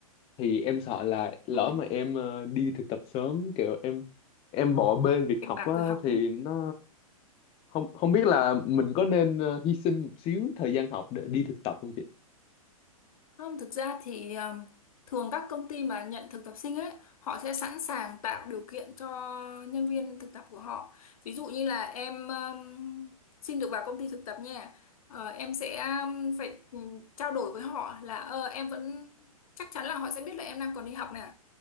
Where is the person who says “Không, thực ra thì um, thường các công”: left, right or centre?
Left